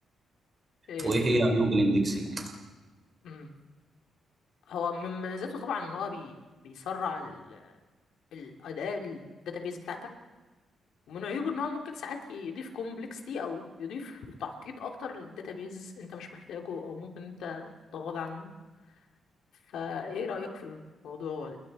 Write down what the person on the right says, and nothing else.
وايه هي عيوب الاندكسنج